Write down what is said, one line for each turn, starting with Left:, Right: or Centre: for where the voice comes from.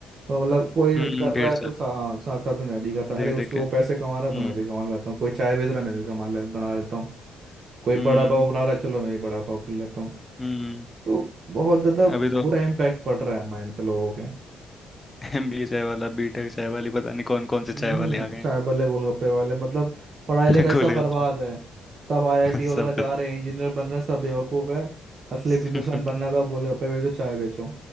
Right: तो मतलब कोई
Left: हम्म
Right: कर
Left: हम्म,
Right: रहा
Left: भेड़
Right: है
Left: चाल
Right: तो सा, साथ साथ में मैं भी करता हूँ
Left: देख
Right: अरे उससे
Left: देख के
Right: वो पैसे कमा
Left: हम्म
Right: रहा था मैं भी कमा लेता हूँ कोई चाय बेच रहा है मैं भी कमा ले बना लेता हूँ कोई
Left: हम्म
Right: बड़ा पाव बना रहा है चलो मैं भी बड़ा पाव कर लेता हूँ
Left: हम्म
Right: तो बहुत ज़्यादा
Left: अभी तो
Right: बुरा इम्पैक्ट पड़ रहा है माइंड पे लोगों के
Left: एम बी ए चाय वाला बी टेक चाय वाली पता नहीं कौन कौन से
Right: हम्म
Left: चाय वाले आ गए हैं
Right: चाय वाले गोलगप्पे वाले मतलब पढ़ाई
Left: <laughs>
Right: लिखाई सब
Left: गोलगप्पे
Right: बर्बाद है सब आईआईटी
Left: <laughs>
Right: वगैरह
Left: सब
Right: जा रहे हैं इंजीनियर बन रहे हैं सब बेवकूफ है असली
Left: खत्म
Right: बिजनेसमैन बनना तो आप गोलगप्पे बेचो चाय बेचो